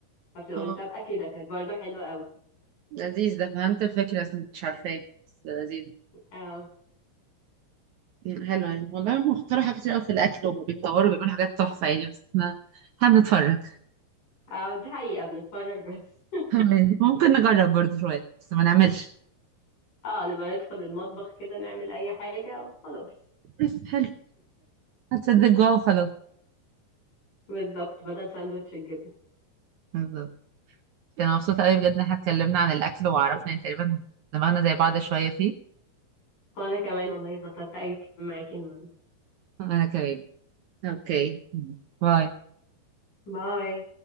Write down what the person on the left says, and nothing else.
فبتبقى
مسابقة كده كانت برضو حلوة قوي
اه
اه دي حقيقة بنتفرج بس
<laughs> اه نبقى ندخل المطبخ كده نعمل أي حاجة وخلاص
بالظبط بدل ساندوتش الجبنة
وانا كمان والله اتبسطت قوي معاكي النهارده
باي